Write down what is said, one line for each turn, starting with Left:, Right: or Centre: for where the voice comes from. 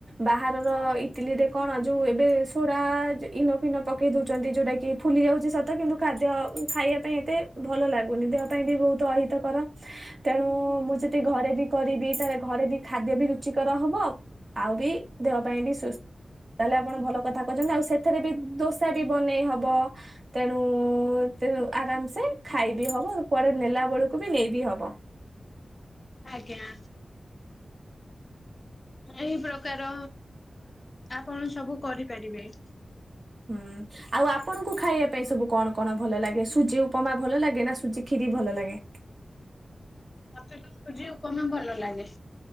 Right: ବାହାରର ଇଟିଲି ରେ କଣ ଯୋଉ ଏବେ ସୋଡା ଇନୋ ଫିନୋ ପକେଇ ଦଉଛନ୍ତି ଯୋଉଟା କି ଫୁଲି ଯାଉଛି ସତ କିନ୍ତୁ ଖାଦ୍ୟ ଖାଇବା ପାଇଁ ଏତେ ଭଲ ଲାଗୁନି ଦେହ ପାଇଁ ବି ବହୁତ ଅହିତ। କର ତେଣୁ ମୁଁ ଯଦି ଘରେ ବି କରିବି ତାହେଲେ ଘରେ ବି ଖାଦ୍ୟ ବି ରୁଚିକର ହବ। ଆଉ ବି ଦେହ ପାଇଁ ବି ସୁସ୍। ତାହେଲେ ଆପଣ ଭଲ କଥା କହିଁଛନ୍ତି ଆଉ ସେଥିରେ ବି ଦୋସା ବି ବନେଇ ହବ। ତେଣୁ ତେଣୁ ଆରାମ ସେ ଖାଇବି ହବ କୁଆଡେ ନେଲା ବେଳକୁ ବି ନେଇବି ହବ।
Left: ଆଜ୍ଞା। ଏଇ ପ୍ରକାର ଆପଣ ସବୁ କରିପାରିବେ।
Right: ହୁଁ। ଆଉ ଆପଣଙ୍କୁ ଖାଇବା ପାଇଁ ସବୁ କଣ କଣ ଭଲ ଲାଗେ ସୁଜି ଉପମା ଭଲ ଲାଗେ ନା ସୁଜି ଖିରି ଭଲ ଲାଗେ?
Left: ମତେ ତ ସୁଝି ଉପମା ଭଲ ଲାଗେ।